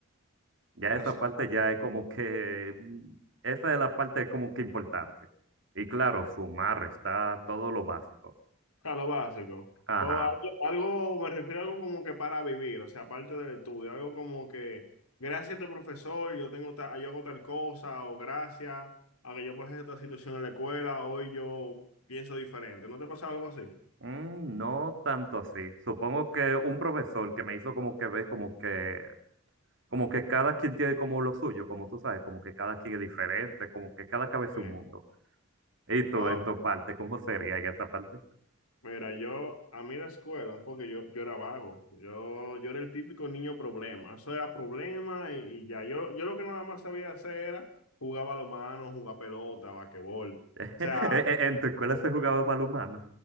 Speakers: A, on the right; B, on the left.
A: Ya
B: Razón.
A: esa parte ya es como que, mm, esa es la parte como que importante. Y claro, sumar está todo lo básico.
B: sea, lo básico.
A: Ajá.
B: Pero algo, algo- me refiero a algo como que para vivir, o sea, aparte del estudio, algo como que, gracias a este profesor, yo tengo ta- yo hago tal cosa, o gracias a que yo pasé esta situación en la escuela, hoy yo pienso diferente. ¿No te pasa algo así?
A: Mm, no tanto así. Supongo que un profesor que me hizo como que ver como que, como que cada quien tiene como lo suyo, como tú sabes, como que cada quien es diferente, como que cada cabeza
B: Bien.
A: es un mundo. ¿Y tú
B: Oh,
A: en tu parte, cómo sería en esa parte?
B: mira, yo, a mí la escuela, porque yo, yo era vago, yo, yo era el típico niño problema, eso era problema y, y ya, yo, yo lo que nada más sabía hacer era jugar balonmano, jugar pelota, basquetbol. O Mm.
A: <laughs>
B: sea,
A: En en tu escuela se jugaba balonmano.